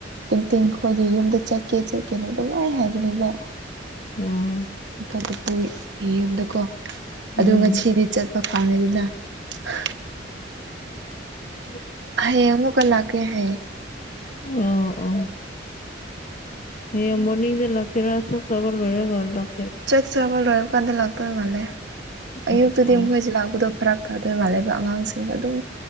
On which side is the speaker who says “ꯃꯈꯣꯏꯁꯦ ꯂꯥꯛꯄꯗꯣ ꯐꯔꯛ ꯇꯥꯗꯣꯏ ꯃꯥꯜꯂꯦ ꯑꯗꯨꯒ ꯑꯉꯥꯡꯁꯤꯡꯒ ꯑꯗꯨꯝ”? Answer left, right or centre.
Right